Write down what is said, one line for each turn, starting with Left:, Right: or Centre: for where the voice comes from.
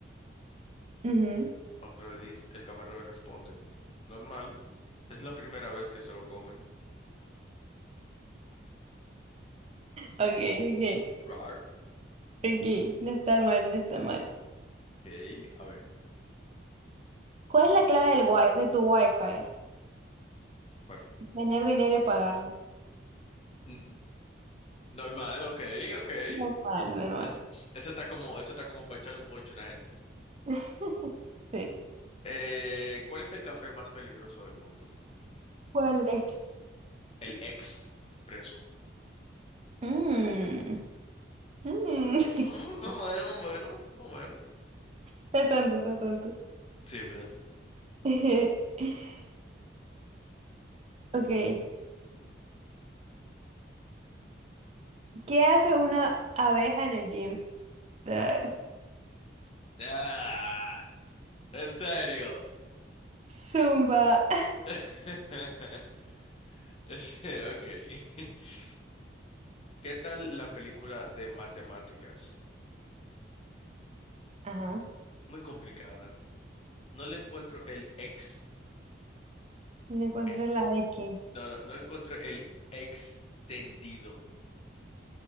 Right: Ujú.
Left: A Otro le dice, el camarero le responde. Normal, es la primera vez que se lo comen.
Right: Ok, ok.
Left: Rar.
Right: Ok, no está mal, no está mal.
Left: Ok, a ver,
Right: ¿Cuál es la clave del wi- de tu wifi?
Left: ¿cuál?
Right: Tener dinero y pagarlo.
Left: N- n- Normal, ok, ok.
Right: Normal, normal.
Left: Es, ese está como, ese está como para echarle un boche a una gente.
Right: <laughs> Sí.
Left: Eh, ¿cuál es el café más peligroso del mundo?
Right: ¿Cuál es?
Left: El expreso.
Right: Mmm. Mmm. <laughs>
Left: Mm, más o menos, más o menos, más o menos.
Right: Está tonto, está tonto.
Left: Sí, en verdad, sí.
Right: <laughs> Ok.
Left: Ujú.
Right: ¿Qué hace una abeja en el gym? Ah,
Left: Ah, en serio.
Right: Zumba. <laughs>
Left: <laughs> Sí, Ok. <laughs> ¿Qué tal la película de matemáticas?
Right: Ajá.
Left: Muy complicada. No le encuentro el ex.
Right: No encontré
Left: eh,
Right: la X.
Left: no, no, no le encuentro el extendido.